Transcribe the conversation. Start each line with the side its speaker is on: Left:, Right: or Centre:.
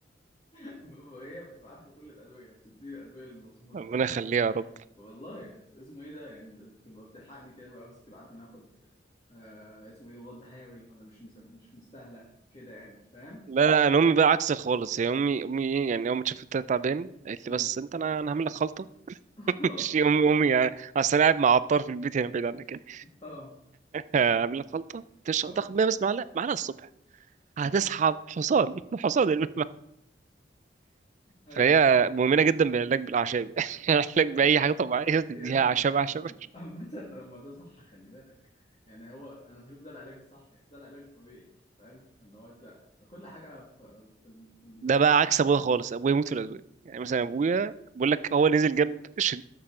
Left: <laughs> هي بتبقى عارفه كل الادويه بتدي الادويه المظبوطه
Right: ربنا
Left: خلي
Right: يخليها
Left: بالك
Right: يا رب
Left: والله اسمه ايه ده يعني ده بتبقى بتلحقني كده بقى بس بتبقى عارفه إن اخد آه اسمه ايه ده مضاد حيوي ولا مش مس... مش مستاهله كده يعني فاهم
Right: لا لا أنا أمي بقى عكس خالص هي أمي أمي إيه يعني أول ما شافت أنت تعبان قالت
Left: امم
Right: لي بس أنت أنا أنا هعمل لك خلطة
Left: <laughs>
Right: <laughs> مش
Left: اه
Right: أمي أمي يعني أصل أنا قاعد مع عطار في البيت هنا بعيد عنك يعني.
Left: اه
Right: آه، عاملين خلطه تشرب
Left: اه آه.
Right: تاخد 100 بس معلقه معلقه الصبح هتسحب حصان <laughs> حصان المهم.
Left: ايوه
Right: فهي مؤمنه جدا بالعلاج بالاعشاب <laughs> علاج
Left: ايوه
Right: باي حاجه
Left: <laughs>
Right: طبيعيه تديها
Left: يا ابني
Right: اعشاب
Left: هو-
Right: اعشاب
Left: ما- عامة الموضوع صح خلي بالك يعني هو انا بشوف ده العلاج الصح يعني ده العلاج الطبيعي فاهم اللي هو انت كل حاجه في في في الزرع
Right: ده بقى عكس ابويا خالص ابويا يموت في الادويه يعني مثلا
Left: امم
Right: ابويا بقول لك هو نزل جاب ش-